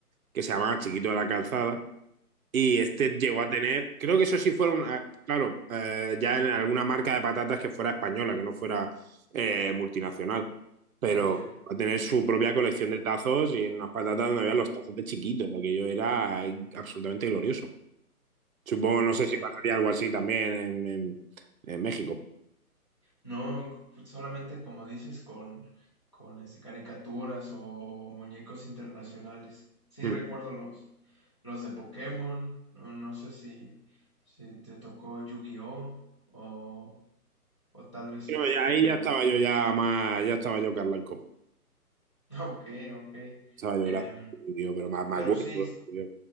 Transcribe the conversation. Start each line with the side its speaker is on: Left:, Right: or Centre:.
Right: que se llamaba Chiquito de la Calzada, y este llegó a tener, creo que eso sí fueron, ah, claro, eh, ya en alguna marca de patatas que fuera española, que no fuera eh, multinacional, pero
Left: Ya,
Right: va a tener su propia colección de tazos y en unas patatas donde había los tazos de chiquitos, aquello era absolutamente glorioso. Supongo, no
Left: ya,
Right: sé si pasaría
Left: ya.
Right: algo así también en, en- en México.
Left: No, pues, solamente como dices con con este caricaturas o muñecos internacionales. Sí,
Right: Hmm.
Left: recuerdo los los de Pokémon, o no sé si si te tocó Yu-Gi-Oh o o tal vez
Right: Pero
Left: este,
Right: ya- ahí ya
Left: mm,
Right: estaba yo ya más, ya estaba yo Carlanco,
Left: <laughs> ok, ok.
Right: estaba yo
Left: Em,
Right: era- yo, pero más, más
Left: pero
Right: gordo,
Left: sí,
Right: tío.